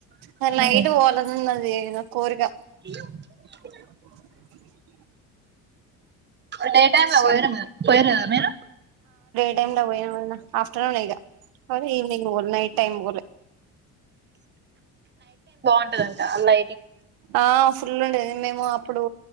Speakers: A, on the right; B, on the right.
A: మేము
B: నాకు నైట్ పోవాలని ఉన్నది నా కోరిక
A: <inaudible>
B: <inaudible>
A: డే టైం లా
B: సో
A: పోయి పోయిర్రా మీరు
B: టై లో పోయినం ఆఫ్టర్నూన్ ఇగ ఈవినింగ్ పోలే నైట్ టైమ్ పోలే
A: ఉంటదంట అల్లా
B: ఆ ఫుల్లు ఉండేది మేము అప్పుడు